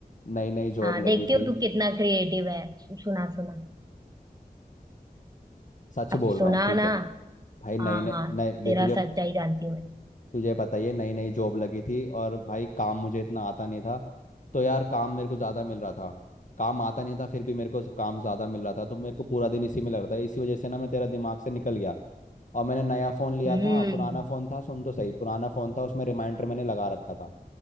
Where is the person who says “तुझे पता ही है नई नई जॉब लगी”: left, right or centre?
Left